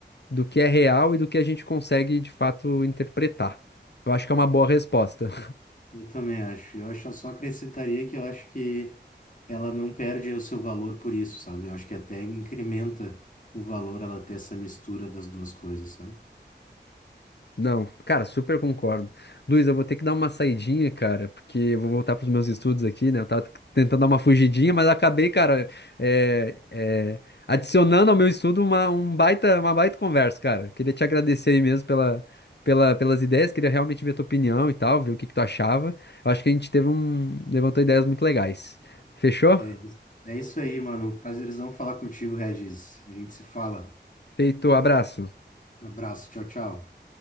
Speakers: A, on the left; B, on the left.
A: do que é real e do que a gente consegue de fato interpretar. Eu acho que é uma boa resposta. <laughs>
B: Eu também acho. Eu acho, eu só acrescentaria que eu acho que ela não perde o seu valor por isso, sabe? Eu acho que até incrementa o valor ela ter essa mistura das duas coisas, sabe?
A: Não, cara, super concordo. Luiz, eu vou ter que dar uma saidinha, cara, porque eu vou voltar pros meus estudos aqui, né? Eu tava tentando dar uma fugidinha, mas acabei, cara, é, é, adicionando ao meu estudo uma, um baita, uma baita conversa, cara. Queria te agradecer aí mesmo pela, pela, pelas ideias, queria realmente ver tua opinião e tal, ver o que que tu achava. Eu acho que a gente teve um, levantou ideias muito legais. Fechou?
B: É, isso- é isso aí, mano. Prazerzão falar contigo, Regis. A gente se fala.
A: Feito, abraço.
B: Abraço, tchau, tchau.